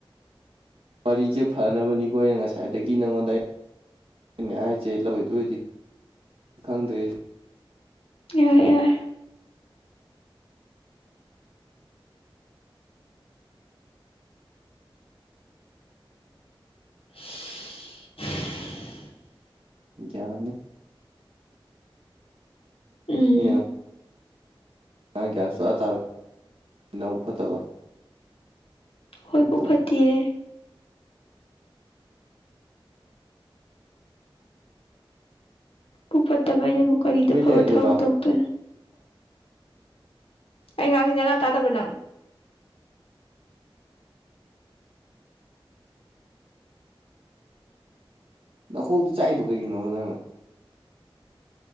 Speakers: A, on the right; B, on the left.
A: ꯋꯥꯔꯤꯖꯦ ꯐꯅꯕꯅꯤꯒꯣ ꯑꯩꯅ ꯉꯁꯥꯏꯗꯒꯤ ꯅꯉꯣꯟꯗ ꯍꯥꯏ ꯑꯅꯦ ꯍꯥꯏꯁꯦ ꯂꯧꯔꯤꯗꯣꯏꯗꯤ ꯈꯪꯗ꯭ꯔꯦ
B: ꯌꯥꯏꯣꯏ ꯌꯥꯏꯣꯏ <unintelligible>
A: ꯌꯥꯅꯤ
B: ꯎꯝ
A: ꯌꯦ꯫ ꯑꯩ ꯒ꯭ꯌꯥꯟ ꯁꯨꯛꯇꯥ ꯇꯥꯔꯣꯏ ꯅꯕꯨꯛ ꯐꯠꯇꯕ꯫
B: ꯍꯣꯏ
A: ꯇꯧ
B: ꯄꯨꯛ ꯐꯠꯇꯤꯌꯦ꯫ ꯄꯨꯛ ꯐꯠꯇꯕ ꯑꯩꯅꯕꯨ ꯀꯔꯤꯗ
A: ꯇꯨꯃꯤꯟ
B: ꯐꯕ
A: ꯂꯩꯔꯗꯣꯏꯔꯣ
B: ꯊꯕꯛ ꯇꯧꯗꯣꯏꯅꯣ꯫ ꯑꯩ ꯉꯥꯡꯉꯤ ꯅꯅꯥ ꯇꯥꯗꯕ ꯅꯪ
A: ꯅꯈꯣꯡꯇꯣ ꯆꯥꯛꯏꯗꯣ ꯀꯩꯒꯤꯅꯣꯕ ꯅꯪꯅ꯫